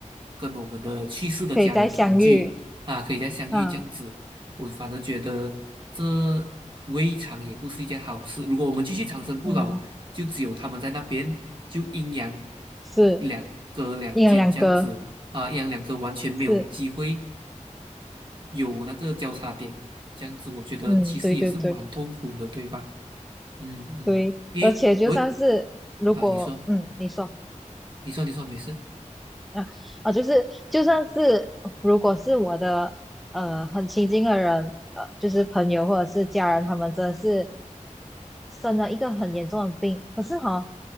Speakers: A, on the right (about 40°); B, in the centre.
A: 跟我们的去世的家人团聚啊，
B: 可以再相遇。
A: 可以再相遇这样子。
B: 啊，
A: 我反而觉得这未尝也不是一件好事。如果我们继续长生不老，
B: 嗯，
A: 就只有他们在那边，就阴阳
B: 是
A: 两隔两间这样子，
B: 一人两个，
A: 啊，一样两个完全没有机会
B: 是，
A: 有那个交叉点，这样子我觉得其实也是蛮痛苦的，
B: 嗯，对对对
A: 对吧？嗯嗯，
B: 对，
A: 因为我会
B: 而且就算是如果，
A: 啊，你说，
B: 嗯，你说。
A: 你说，你说，没事。
B: 啊啊，就是就算是如果是我的呃很亲近的人，呃，就是朋友或者是家人，他们真的是生了一个很严重的病，可是哈、